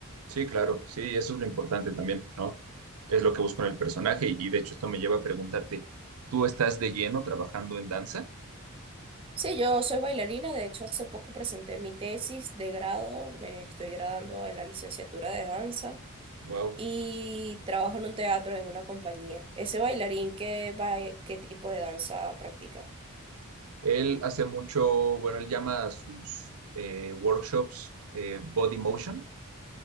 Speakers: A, on the right; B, on the right.
A: sí, claro, sí, eso es lo importante también, ¿no? Es lo que busco en el personaje y, y de hecho esto me lleva a preguntarte, ¿tú estás de lleno trabajando en danza?
B: Sí, yo soy bailarina, de hecho hace poco presenté mi tesis de grado, me estoy graduando en la licenciatura de danza
A: Wow.
B: y trabajo en un teatro, en una compañía. ¿Ese bailarín qué, bai- qué tipo de danza practica?
A: Él hace mucho, bueno, él llama a sus eh, workshops eh, body motion.